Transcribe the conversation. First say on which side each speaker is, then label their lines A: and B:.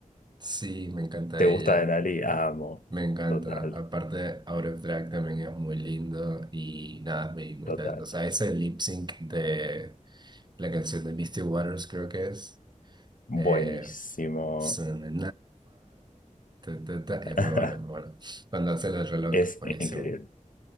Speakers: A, on the right (about 35°); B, on the left (about 80°).
A: Sí, me encanta
B: ¿Te gusta
A: ella.
B: Denali? Amo.
A: Me encanta.
B: Total,
A: Aparte, Out of Drag también es muy lindo y nada, muy, muy
B: total.
A: talentosa. Ese lip sync de la canción de Misty Waters, creo que es.
B: Buenísimo.
A: Eh, Fine. Es
B: <laughs>
A: muy bueno, muy bueno. Cuando hace el reloj,
B: Es
A: buenísimo.
B: increíble.